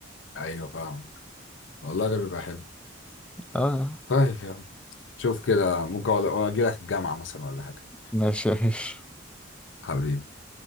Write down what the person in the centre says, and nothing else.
آه
ماشي ماشي